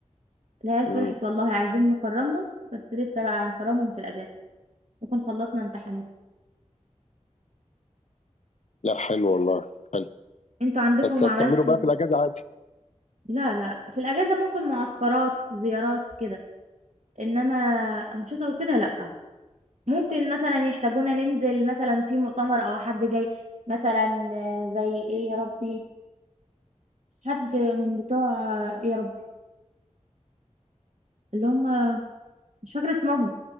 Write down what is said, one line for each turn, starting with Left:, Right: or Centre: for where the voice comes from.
Right: العيال فرحت
Left: امم
Right: والله عايزين نكرمهم بس لسه بقى هنكرمهم في الاجازه نكون خلصنا امتحانات
Left: لا حلو والله حلو
Right: انتوا عندكم
Left: بس هتكملوا
Right: عملتوا
Left: بقى في الأجازة عادي
Right: لا لا في الاجازه ممكن معسكرات زيارات كده انما انشطه وكده لا ممكن مثلا يحتاجونا ننزل مثلا في مؤتمر او حد جاي مثلا آه، زي ايه يا ربي حد من بتوع آه، يا ربي اللي هم مش فاكره اسمهم